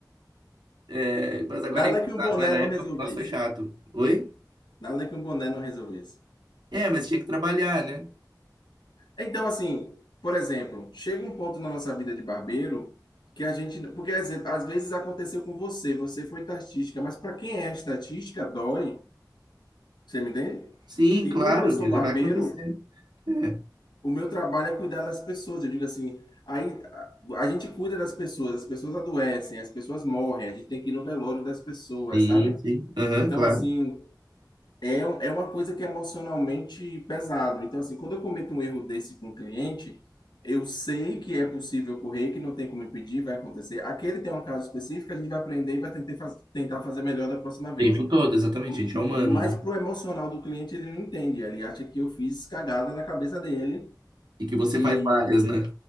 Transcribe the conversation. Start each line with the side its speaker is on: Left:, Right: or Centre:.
Right: É, mas agora
Left: Nada
Right: é engraçado,
Left: que um boné
Right: mas na
Left: não
Right: época,
Left: resolvesse.
Right: nossa, foi chato. Oi?
Left: Nada que um boné não resolvesse.
Right: É, mas tinha que trabalhar, né?
Left: Então, assim, por exemplo, chega um ponto na nossa vida de barbeiro que a gente. Porque às ve- às vezes aconteceu com você, você foi estatística, mas para quem é estatística, dói, você me entende?
Right: Sim,
Left: E
Right: claro,
Left: como eu sou
Right: mas
Left: barbeiro,
Right: vai acontecer. É.
Left: o meu trabalho é cuidar das pessoas. Eu digo assim, aí a a gente cuida das pessoas, as pessoas adoecem, as pessoas morrem, a gente tem que ir no velório das pessoas,
Right: Sim,
Left: sabe?
Right: sim. Aham,
Left: Então,
Right: claro.
Left: assim, É, um- é uma coisa que é emocionalmente pesado. Então, assim, quando eu cometo um erro desse com o cliente, eu sei que é possível ocorrer, que não tem como impedir, vai acontecer. Aquele tem um caso específico, a gente vai aprender e vai tentar, faz- tentar fazer melhor da próxima vez.
Right: O tempo todo, exatamente.
Left: M-
Right: A gente é humano,
Left: Mas
Right: né?
Left: pro emocional do cliente, ele não entende. Ele acha que eu fiz cagada na cabeça dele
Right: E que você
Left: e,
Right: faz várias, né?